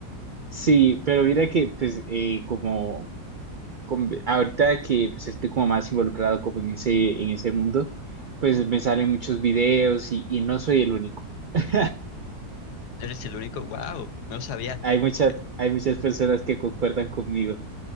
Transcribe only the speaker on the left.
Ujú.
Eres el único, wow, no sabía.
Eh,